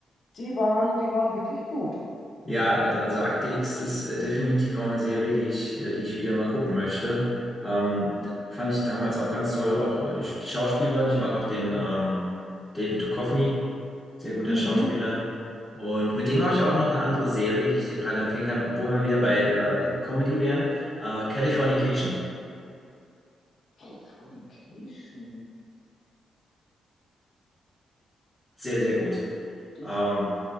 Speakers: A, on the left; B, on the left.
A: die waren, die waren wirklich gut.
B: Ja, al- also Akte X ist äh, definitiv auch eine Serie, die ich, äh, die ich wieder mal gucken möchte. Ähm, da- fand ich damals auch ganz toll, auch äh, die, Sch- die Schauspielerin. Ich mag auch den ähm, David Duchovny. Sehr guter
A: Mhm.
B: Schauspieler. Und mit dem habe ich auch noch eine andere Serie, die ich dir gerade empfehlen kann, wo wir wieder bei äh, Comedy wären. Äh, Californication.
A: Californication.
B: Sehr, sehr gut.
A: Das,
B: Ähm,